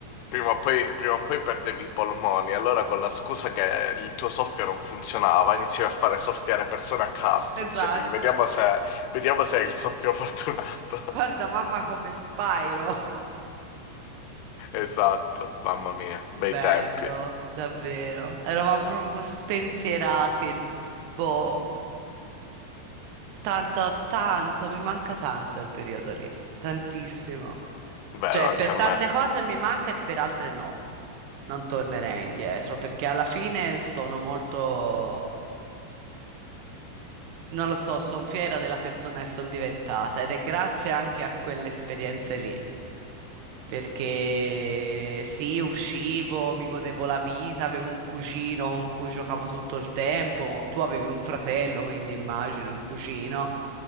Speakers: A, on the left; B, on the right.
A: prima o poi, prima o poi perdevi i polmoni, allora con la scusa che il tuo soffio non funzionava, iniziavi a fare soffiare persone a caso,
B: Esatto.
A: dicendogli vediamo se, vediamo se è il soffio fortunato. <laughs>
B: Guarda mamma come Spyro.
A: Esatto, mamma mia, bei
B: Bello,
A: tempi.
B: davvero. Eravamo proprio spensierati e boh, tanto, tanto, mi manca tanto il periodo lì, tantissimo.
A: Vero,
B: Cioè,
A: anche
B: per
A: a
B: tante
A: me.
B: cose mi manca e per altre no. Non tornerei indietro perché alla fine sono molto Non lo so, sono fiera della persona che sono diventata ed è grazie anche a quelle esperienze lì. Perché sì, uscivo, mi godevo la vita, avevo un cugino con cui giocavo tutto il tempo. Tu avevi un fratello, quindi immagino, e un cugino.